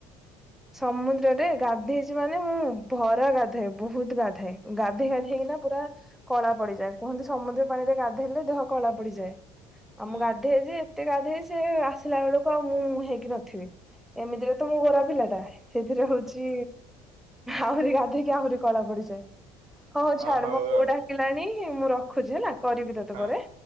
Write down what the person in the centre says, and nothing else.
ସମୁଦ୍ରରେ ଗାଧେଇଚି ମାନେ ମୁଁ ଭରା ଗାଧାଏ ବହୁତ ଗାଧାଏ। ଗାଧୋଇ
ଗାଧେଇ କିନା ପୁରା କଳା ପଡିଯାଏ କୁହନ୍ତି ସମୁଦ୍ର ପାଣିରେ ଗାଧେଇଲେ ଦେହ କଳା ପଡିଯାଏ ଆଉ
ମୁଁ ଗାଧେଏ ଯେ ଏତେ ଗାଧେ ସେ ଆସିଲା ବେଳକୁ ଆଉ ମୁଁ ହେଇକି ନଥିବି ଏମିତିରେ ତ ମୁଁ ଗୋରା ପିଲାଟା। ଏଥିରେ ହଉଚି ଆହୁରି ଗାଧେଇକି ଆହୁରି କଳା ପଡିଯାଏ। ହଉ ହଉ ଛାଡ
ମୋ ବୋଉ
ଡାକିଲାଣି ମୁଁ ରଖୁଚି ହେଲା କରିବି ତତେ
ପରେ।